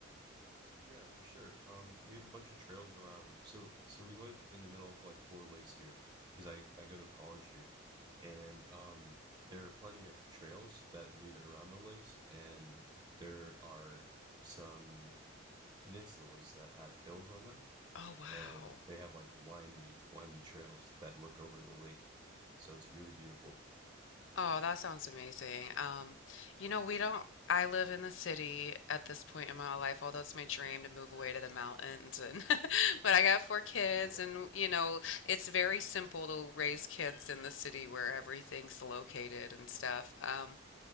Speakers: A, on the right (about 20°); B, on the left (about 65°).
A: Yeah, for sure. Um, we have a bunch of trails around. So, so we live in the middle of like four lakes here because I I go to college here, and um, there are plenty of trails that lead around the lakes, and there are some peninsulas that have hills on them,
B: Oh, wow.
A: and they have like windy, windy trails that look over the lake. So it's really beautiful.
B: Oh, that sounds amazing. Um, you know, we don't, I live in the city at this point in my life, although it's my dream to move away to the mountains and <laughs> but I got four kids
A: Mm, Yeah,
B: and you know, it's very simple to raise kids in the city where everything's located and stuff. Um,